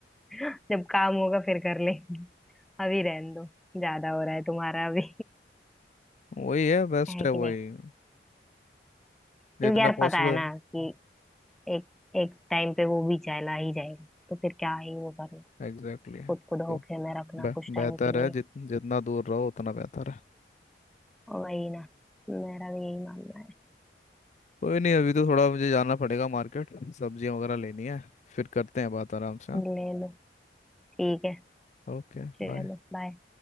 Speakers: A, in the centre; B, on the left.
A: जब काम होगा फिर कर लेंगे अभी रहने दो ज्यादा हो रहा है तुम्हारा अभी
B: वही है बेस्ट
A: है
B: है
A: कि नहीं
B: वही जितना
A: क्योंकि यार
B: पॉसिबल
A: पता है ना कि एक एक टाइम पे वो भी चला ही जाएगा तो फिर क्या ही वो करना
B: एग्जैक्टली
A: खुद को धोखे
B: तो
A: में रखना
B: बे-
A: कुछ टाइम
B: बेहतर
A: के
B: है
A: लिए
B: जित जितना दूर रहो उतना बेहतर है
A: और वही ना मेरा भी यही मानना है
B: कोई नहीं अभी तो थोड़ा मुझे जाना पड़ेगा मार्केट सब्जियां वगैरह लेनी है फिर करते हैं बात आराम से हाँ।
A: ले लो ठीक है
B: Okay
A: चलो
B: bye
A: बाय